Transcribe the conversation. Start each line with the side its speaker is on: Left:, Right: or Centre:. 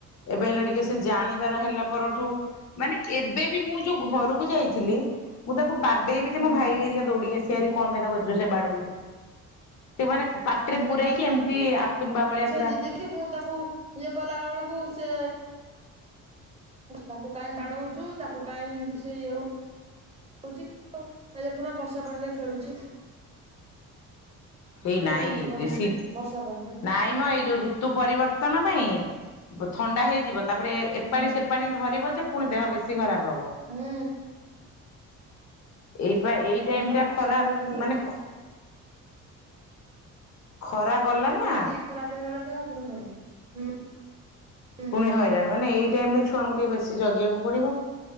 Left: ଏବେ ହେଲେ ଟିକେ ସେ ଜାଣିବାର ହେଲା ପରଠୁ ମାନେ ଏବେ ବି ମୁଁ ଯୋଉ ଘରକୁ ଯାଇଥିଲି। ମୁଁ ତାକୁ ବା ଡେଇବି ଯେୋ
Right: ଆଉ
Left: ଭାଇ ଏରିକ ଦୌଡିକି ଆସିବେ ଭାରି। କଣ ପାଇଁ ତାକୁ ଏତେ ଜୋରସେ ବାଡଉଛୁ। <inaudible> ସେମାନେ ପାଟିରେ
Right: ମୁଁ
Left: ପୂରେଇକି
Right: ପା ଏଇଠି
Left: ଏମିତି ଆତୁମ୍ବା ଭଳିଆ
Right: ଝିଅ
Left: ପୁରା
Right: ଜିଦି କି ମୁଁ ତାକୁ ଇଏ କଲା ବେଳକୁ ସେ ତାକୁ କାହିଁ ବାଡଉଛୁ। ତାକୁ କାଇଁ ଏମିତି ସେଇଏ ହଉ ହଉଛି ଏ ଦେଖୁନା ବର୍ଷା ପାଣିରେ ଖେଳୁଛି। <inaudible>
Left: ଏଇ ନାଇଁ
Right: ଘର ଚକର
Left: ବେଶୀ
Right: ହଉଛି ବର୍ଷା ପାଣିରେ
Left: ନାଇଁ ମ ଏଇ ଯୋଉ ଋତୁ ପରିବର୍ତ୍ତନ ପାଇଁ ଥଣ୍ଡା ହେଇଯିବ। ତାପରେ ଏପାଣି
Right: ହୁଁ
Left: ସେ ପାାଣି ଧରିବ ଯେ ପୁଣି ଦେହ ବେଶୀ ଖରାପ ହବ।
Right: ହୁଁ
Left: ଏଇପା ଏଇ
Right: ହଁ
Left: ଟାଇମ
Right: ପା
Left: ଟା ଖରା
Right: ଚକର ବାକର ହଉଛି
Left: ମାନେ ଖ <inaudible> ଖରା ଗଲା
Right: ଟାଇମ୍
Left: ନା।
Right: ଟା ଯଦି <unintelligible> ହୁଁ
Left: ପୁଣି ହଇରାଣ ମାନେ ଏଇ ଟାଇମ ଟା ଛୁଆଙ୍କୁ ଟିକେ ବେଶୀ ଜଗିବାକୁ ପଡିବ।